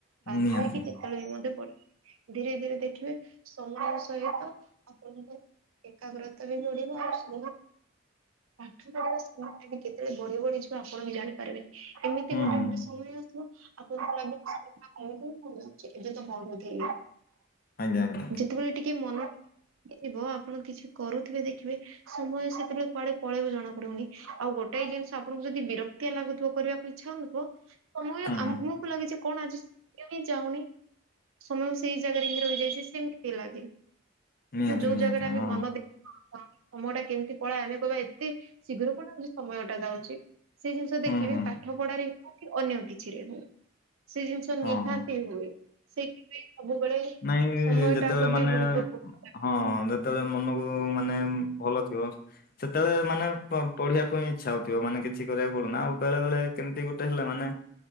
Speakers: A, on the right; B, on the left.
A: ବାଧ୍ୟ
B: ନିହାତି
A: ହେଇକି
B: ନି-
A: କେତେବେଳେ ବି ମଧ୍ୟ ପଢି <unintelligible> ଧୀରେ ଧୀରେ ଦେଖିବେ ସମୟ ସହିତ ଆପଣଙ୍କ ଏକାଗ୍ରତା ବି ବଢିବ ଆଉ <inaudible> ପାଠ ପଢାରେ ସମୟଟା ବି କେତେବେଳେ ବଢି ବଢିଯିବ ଆପଣ ବି ଜାଣିପାରିବେନି ଏମିତି
B: ହୁଁ
A: ଗୋଟେ
B: ହୁଁ
A: ଗୋଟେ ସ ସମୟ ଆସିବ ଆପଣଙ୍କୁ ଲାଗୁ <inaudible> ଏବେ ତ ପଢୁଥିଲି।
B: ଆଜ୍ଞା ଆଜ୍ଞା ଆଜ୍ଞା।
A: ଯେତେବେଳେ ଟିକେ ମନ <unintelligible> ଡିଯିବ ଆପଣ କିଛି କରୁଥିବେ ଦେଖିବେ ସମୟ ସେତେବେଳେ କୁଆଡେ ପଳେଇବ ଜଣା ପଡିବନି ଆଉ ଗୋଟାଏ ଜିନିଷ ଆପଣଙ୍କୁ ଯଦି ବିରକ୍ ତିଆ ଲାଗୁଥିବ କରିବାକୁ ଇଚ୍ଛା ହଉନଥିବ ତ ମୁଁ
B: ହୁଁ ହୁଁ
A: ଆମ କୁ ଲାଗେ ଯେ କଣ ଆଜି <inaudible> ବି ଯାଉନି ସମୟ ସେଇ ଜାଗାରେ ହିଁ ରହିଯାଇଛି ସେମିତି ଲାଗେ।
B: ନିହାତି
A: କିନ୍ତୁ ଯୋଉ
B: ନିହାତି
A: ଜାଗାଟା ଆମ
B: ହଁ
A: ମନ ଦେଇ ସମୟଟା କେମତି ପଳାଏ ଆମେ କହିବା ଏତେ ଶୀଘ୍ର କଣ ଆଜି ସମୟଟା ଯାଉଚି। ସେଇ ଜିନିଷ
B: ହୁଁ
A: ଦେଖିବେ
B: ହୁଁ
A: ପାଠ ପଢାରେ ହଉ କି ଅନ୍ୟ କିଛିରେ ହଉ। ସେଇ ଜିନିଷ
B: ହଁ
A: ନିହାତି
B: ହଁ।
A: ହୁଏ ସେଇଥିପାଇଁ ସବୁବେଳେ
B: ନାଇଁ
A: ସମୟଟାକୁ
B: ଯେତେବେଳେ ମାନେ
A: ବି ଗୁରୁତ୍ୱପୂର୍ଣ୍ଣ
B: ହଁ ଯେତେବେଳେ ମନକୁ ମାନେ ଉଁ ଭଲ ଥିବ ସେତେବେଳେ ମାନେ ପ ପଢିବାକୁ ହିଁ ଇଚ୍ଛା ହଉଥିବ ମାନେ କିଛି କରିବାକୁ ପଡୁ ନା ଆଉ ବେଳେ ବଳେ କେମତି ଗୋଟେ ହେଲେ ମାନେ